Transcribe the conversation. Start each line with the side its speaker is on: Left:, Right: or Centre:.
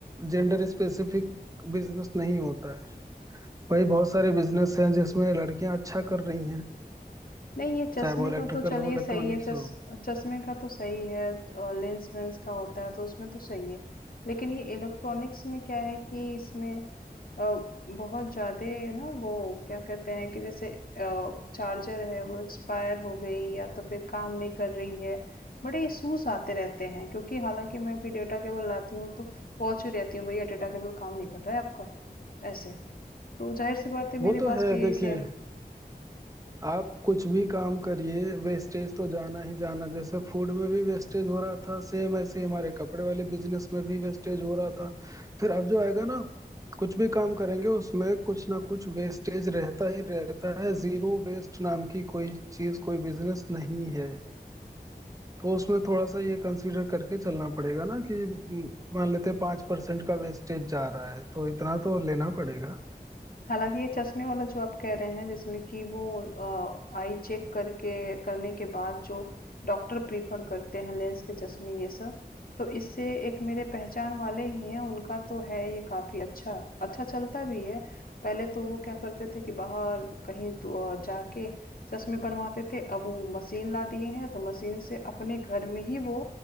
Right: जेंडर स्पेसिफिक बिजनेस नहीं होता है भाई बहुत सारे बिजनेस हैं जिसमें लड़कियां अच्छा कर रही हैं
Left: नहीं ये चश्मे
Right: चाहे वो इलेक्ट्रिकल
Left: का तो चलिए
Right: हो इलेक्ट्रॉनिक्स
Left: सही है चश
Right: हो
Left: चश्मे का तो सही है और लेंस वेंस का होता है तो उसमें तो सही है लेकिन ये इलेक्ट्रॉनिक्स में क्या है कि इसमें अ, बहुत ज्यादा ना वो क्या कहते हैं कि जैसे चार्जर है वो एक्सपायर हो गई या तो फिर काम नहीं कर रही है बड़े इश्यूज आते रहते हैं क्योंकि हालांकि मैं भी डेटा केबल लाती हूँ तो पहुंच ही रहती हूँ भैया डेटा केबल काम नहीं कर रहा है आपका ऐसे तो जाहिर सी बात है मेरे
Right: वो तो
Left: पास
Right: है
Left: भी यही
Right: देखिए
Left: सेम
Right: आप कुछ भी काम करिए वेस्टेज तो जाना ही जाना जैसे फूड में भी वेस्टेज हो रहा था सेम ऐसे ही हमारे कपड़े वाले बिजनेस में भी वेस्टेज हो रहा था फिर अब जो आएगा ना कुछ भी काम करेंगे उसमें कुछ ना कुछ वेस्टेज रहता ही रहता है जीरो वेस्ट नाम की कोई चीज कोई बिजनेस नहीं है तो उसमें थोड़ा सा ये कंसीडर करके चलना पड़ेगा ना कि म, मान लेते हैं पांच परसेंट का वेस्टेज जा रहा है तो इतना तो लेना पड़ेगा
Left: हालाँकि ये चश्मे वाला जो आप कह रहे हैं जिसमें कि वो अ, आई चेक करके करने के बाद जो डॉक्टर प्रेफ़र करते हैं लेंस के चश्मे ये सब, तो इससे एक मेरे पहचान वाले ही हैं उनका तो है ये काफ़ी अच्छा, अच्छा चलता भी है। पहले तो वो क्या करते थे कि बाहर कहीं दो अ, जाके चश्मे बनवाते थे, अब वो मशीन ला दिए हैं तो मशीन से अपने घर में ही वो